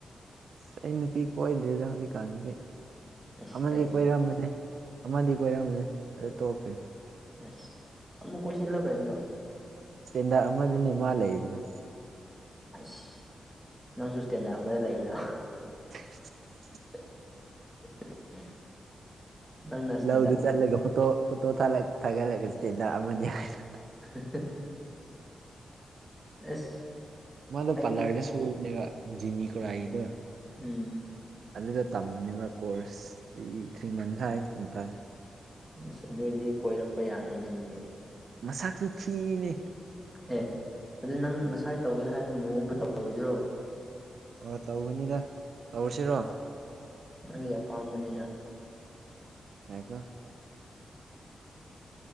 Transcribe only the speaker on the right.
ꯑꯁ ꯑꯩ ꯅꯨꯄꯤ ꯀꯣꯏꯗ꯭ꯔꯦꯗ ꯍꯧꯖꯤꯛꯀꯥꯟꯁꯤꯗꯤ
ꯑꯃꯗꯤ
ꯀꯣꯏꯔꯝꯕꯅꯦ ꯑꯃꯗꯤ ꯀꯣꯏꯔꯝꯕꯅꯦ ꯑꯗꯨ ꯇꯣꯛꯈ꯭ꯔꯦ
ꯁ꯭ꯇꯦꯟꯗ꯭ꯔꯗ ꯑꯃꯗꯅꯤ ꯃꯥ ꯂꯩꯔꯤꯗꯣ
<unintelligible>
ꯂꯧꯗꯨ ꯆꯠꯂꯒ ꯐꯣꯇꯣ ꯐꯣꯇꯣ ꯊꯥꯒꯠ ꯊꯥꯒꯠꯂꯒ ꯁ꯭ꯇꯦꯟꯗ꯭ꯔꯗ ꯑꯃꯅꯤ ꯍꯥꯏꯌꯣ
ꯃꯥꯗꯣ
ꯄꯥꯂꯔꯗ ꯁꯨꯕꯅꯦꯕ ꯖꯦꯅꯤ ꯈꯨꯔꯥꯏ ꯒꯤꯗꯣ
ꯑꯗꯨꯗ ꯇꯝꯕꯅꯦꯕ ꯀꯣꯔꯁ ꯊ꯭ꯔꯤ ꯊ꯭ꯔꯤ ꯃꯟꯁ ꯍꯥꯏ ꯀꯨꯝꯇꯥꯔꯦ
ꯃꯁꯛꯁꯨ ꯊꯤꯌꯦꯅꯦ
ꯑꯣ ꯇꯧꯒꯅꯤꯗ ꯇꯧꯔꯁꯤꯔꯣ
ꯉꯥꯏꯈꯣ